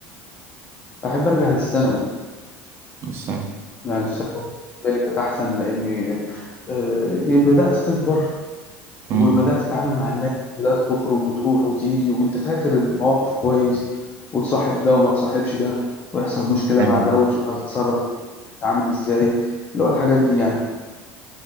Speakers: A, on the left (about 25°); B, on the right (about 40°).
A: احب ارجع للثانوي
B: الثانوي
A: يعني الثانوي ذلك احسن لاني آه، بدات تكبر
B: مم.
A: وبدأت تتعامل مع الناس بدأت تخرج وتروح وتيجي وانت فاكر المواقف كويس وتصاحب ده وما تصاحبش ده ويحصل مشكلة
B: أيوة.
A: مع ده وتشوف هتتصرف تتعامل ازاي اللي هو الحاجات دي يعني